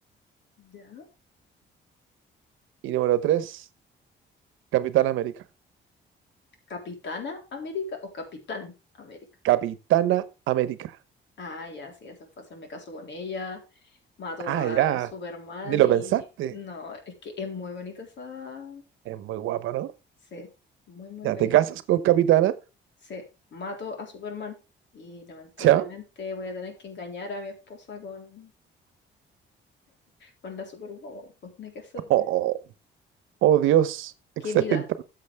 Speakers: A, on the left (about 65°); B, on the right (about 80°).
A: ya.
B: Y número tres, Capitán América.
A: ¿Capitana América o Capitán América?
B: Capitana América.
A: Ah, ya, sí, eso fue hacerme caso con ella. Mato
B: Ah,
A: a
B: ya.
A: Superman
B: Ni lo
A: y...
B: pensaste.
A: No, es que es muy bonita esa...
B: Es muy guapa, ¿no?
A: Sí, muy, muy
B: Ya
A: bella.
B: te casas con Capitana.
A: Sí, mato a Superman y lamentablemente
B: Ya.
A: voy a tener que engañar a mi esposa con, con la Superwoman. Pues no hay que hacerme.
B: Oh, oh, Dios. Excelente.
A: ¡Qué vida!